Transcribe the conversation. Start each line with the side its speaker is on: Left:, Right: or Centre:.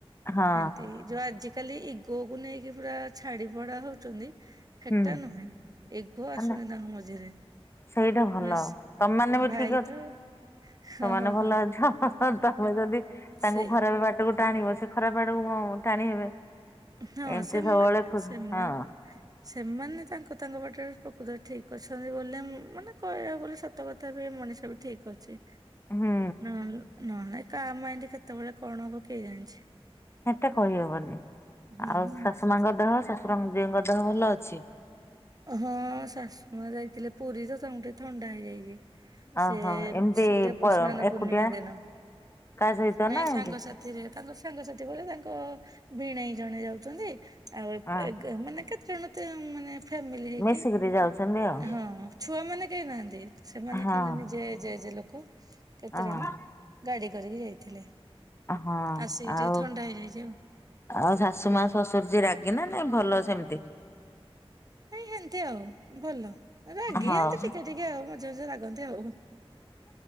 Left: ହଁ
Right: ହେନ୍ ତି ଯୋଉ ଆଜିକାଲି ଇଗୋ କୁ ନେଇକି ପୁରା ଛାଡି ପଡା ହଉଛନ୍ତି। ହେଟା
Left: ହୁଁ
Right: ନୁହେଁ ଇଗୋ
Left: ମାନେ
Right: ଆସୁନି ତାଙ୍କ ମଝିରେ।
Left: ସେଇଟା ଭଲ
Right: ବାସ୍
Left: ତମ ମାନେ ବି
Right: ଭାଇ
Left: ଠିକ ଅଛ,
Right: ତ ହଁ
Left: ତମ ମାନେ
Right: ହଁ
Left: ଭଲ
Right: ହଁ
Left: ଅଛ। ହଁ ତମେ ଯଦି ତାଙ୍କୁ
Right: ସେଇ
Left: ଖରାପ ବାଟକୁ ଟାଣିବ ସେ ଖରାପ ବାଟକୁ ଟାଣି ହେବେ।
Right: ହଁ
Left: ଏମିତି
Right: ସେମା
Left: ସବୁବେଳେ ଖୁସି
Right: ସେମାନେ
Left: ହଁ
Right: ସେମାନେ ତାଙ୍କ ତାଙ୍କ ବାଟରେ ପ୍ରକୃତ ରେ ଠିକ ଅଛନ୍ତି ବୋଲି ମାନେ କହିବାକୁ ଗଲେ ସ ସତ କଥା ବି ମଣିଷ ବି ଠିକ୍ ଅଛି।
Left: ହୁଁ
Right: ନହେଲେ ନହେଲେ କାହା ମାଇଣ୍ଡି କେତେବେଳେ କଣ ହବ କିଏ ଜାଣିଚି।
Left: ହେଟା କହିହବନି,
Right: ହୁଁ
Left: ଆଉ ଶାଶୁ ମାଙ୍କ ଦେହ ଶାଶୁରଙ୍ଗ ଜିଉଙ୍କ ଦେହ ଭଲ ଅଛି?
Right: ହଁ ଶାଶୁ ମା ଯାଇଥିଲେ ପୁରୀତ ତାଙ୍କୁଟିକେ ଥଣ୍ଡା ହେଇଯାଇଚି।
Left: ଓହୋ
Right: ସେ
Left: ଏମିତି
Right: ଦେବ
Left: ପ
Right: ସ୍ନାନ
Left: ଏକୁଟିଆ
Right: ପୂର୍ଣ୍ଣିମା ଦିନ,
Left: କା ସହିତ
Right: ନାଇଁ
Left: ନା ଏମିତି
Right: ସାଙ୍ଗ ସା ଥିରେ ତାଙ୍କ ସାଙ୍ଗସାଥି ବଲେ ତାଙ୍କ ଭୀଣେଇ ଜଣେ ଯାଉଛନ୍ତି, ଆଉ
Left: ହଁ
Right: ମାନେ କେତେ ଜଣ ତ ମାନେ ଫାମିଲି ହେଇକି
Left: ମିଶିକିରି ଯାଉଛନ୍ତି ଆଉ
Right: ହଁ। ଛୁଆମାନେ କେହି ନାହାନ୍ତି ସେମାନେ
Left: ହଁ
Right: ଖାଲି ନିଜେ ଯେ ଯେ ଲୋକ। କେତେଜଣ
Left: ହଁ
Right: ଗାଡି କରିକି ଯାଇଥିଲେ
Left: ହଁ
Right: ଆସିକି
Left: ଆଉ
Right: ଟିକେ ଥଣ୍ଡା ହେଇଯାଇଛି ଆଉ।
Left: ଆଉ ଶାଶୁ ମା ଶ୍ୱଶୁର ଜି ରାଗି ନା ନାଇଁ ଭଲ ସେମିତି?
Right: ନାଇଁ ହେମତି ଆଉ ଭଲ। ରାଗି
Left: ହଉ
Right: ଏନ୍ତି ଟିକେ ଟିକେ ଆଉ ମଝିରେ ମଝିରେ ରାଗନ୍ତି ଆଉ।